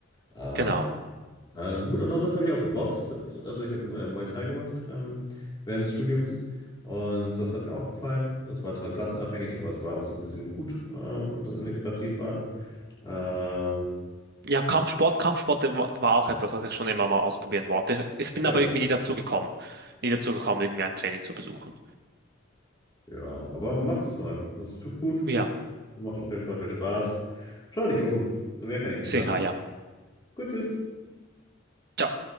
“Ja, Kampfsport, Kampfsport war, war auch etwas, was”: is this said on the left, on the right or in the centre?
Right